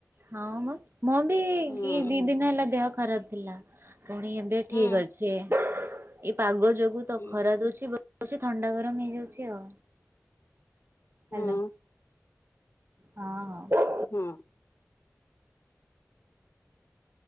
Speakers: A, on the right; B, on the left.
A: ହଁ ମଁ ମୁଁ ବି
B: ହୁଁ
A: ଦି ଦିନ ହେଲା ଦେହ ଖରାପ ଥିଲା ପୁଣି ଏବେ ଠିକ
B: ହୁଁ
A: ଅଛି। ଏ ପାଗ ଯୋଗୁ ତ
B: ହୁଁ
A: ଖରା ଦଉଚିବୋଲି। ଥଣ୍ଡା ଗରମ ହେଇଯାଉଛି ଆଉ
B: ହୁଁ।
A: ହାଲୋ। ହଁ ହଁ।
B: ହୁଁ।